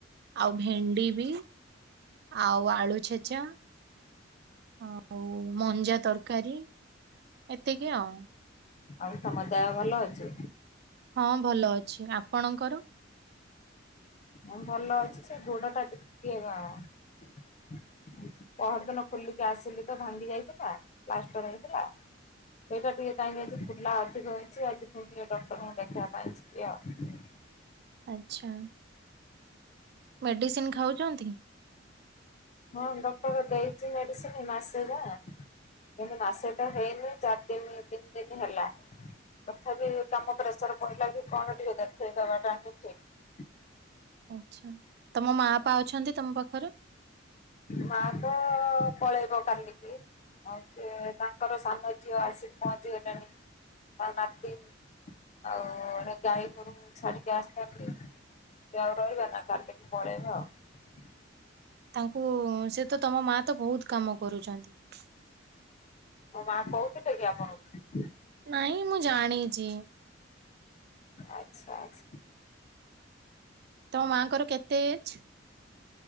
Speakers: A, on the right; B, on the left.
A: ଆଉ ଭେଣ୍ଡି ବି ଆଉ ଆଳୁ ଛେଚା ଆଉ ମଞ୍ଜା ତରକାରୀ ଏତିକି ଆଉ।
B: ଆଉ ତମ ଦେହ ଭଲ ଅଛି?
A: ହଁ ଭଲ ଅଛି। ଆପଣଙ୍କର?
B: ମଁ ଭଲ ଅଛି ସେ ଗୋଡ଼ାଟା ଟିକେ ଆଁ। ପହର ଦିନ ଖୋଲିକି ଆସିଲି ତ ଭାଙ୍ଗି ଯାଇଥିଲା ପ୍ଲାଷ୍ଟର ହେଇଥିଲା। ସେଇଟା ଟିକେ କାହିଁକି ଆଜି ଫୁଲା ଅଧିକ ହେଇଛି ଆଜି ଫୁଣି ଟିକେ ଡକ୍ଟରଙ୍କୁ ଦେଖିବା ପାଇଁ ଯିବି ଆଉ।
A: ଆଚ୍ଛା ମେଡିସିନ ଖାଉଚନ୍ତି।
B: ହଁ ଡକ୍ଟର ଦେଇଚି ମେଡିସିନ ମାସେ ବା। କିନ୍ତୁ ମାସେ ତ ହେଇନି ଚାରି ଦିନ ତିନି ଦିନ ହେଲା। ତଥାପି କାମ ପ୍ରେସର ପଇଲା କି କଣ ଟିକେ ଦେଖେଇ ଦବା ଟା ହିଁ ଠିକ।
A: ଆଛା ତମ ମା ପା ଅଛନ୍ତି ତମ ପାଖ
B: ମା ତ ପଳେଇବ କାଲି କି। ଆଉ ସିଏ ତାଙ୍କର ସାନ ଝିଅ ଆସିିକି ପହଞ୍ଚି ଗଲେଣି ଆଉ ନାତି। ଆଉ ଏଣେ ଗାଈ ଗୋରୁକୁ ଛାଡ଼ି କି ଆସିଛନ୍ତି। ସେ ଆଉ ରହିବେ ନା କାଲି କି ପଳେଇବେ ଆଉ।
A: ତାଙ୍କୁ ସେ ତ ତମ ମା ତ ବହୁତ କାମ କରୁଚନ୍ତି।
B: ମୋ କହୁଥିଲେ କି ଆପଣଙ୍କୁ।
A: ନାଇଁ ମୁଁ ଜାଣିଚି।
B: ଆଚ୍ଛା ଆଚ୍ଛା।
A: ତମ ମା ଙ୍କର କେତେ ଏଜ।